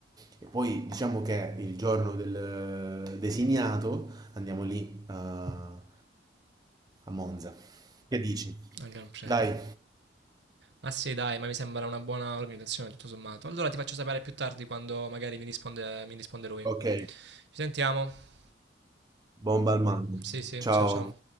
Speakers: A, on the right; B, on the right.
A: e poi diciamo che il giorno del designato andiamo lì a, a Monza. Che dici?
B: al Gran Premio.
A: Dai,
B: Ma sì, dai, ma mi sembra una buona organizzazione tutto sommato. Allora ti faccio sapere più tardi quando magari mi risponde, mi risponde lui.
A: ok,
B: Ci sentiamo.
A: bomba al mare.
B: Sì, sì,
A: Ciao.
B: ciao ciao.